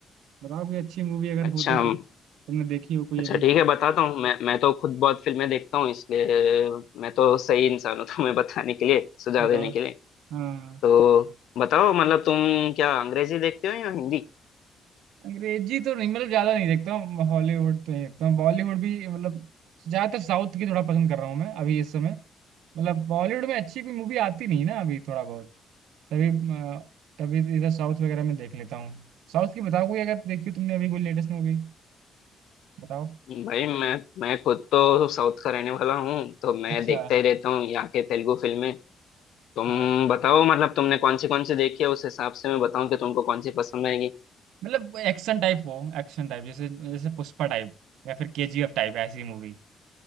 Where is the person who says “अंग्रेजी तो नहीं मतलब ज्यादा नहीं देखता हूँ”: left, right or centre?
Right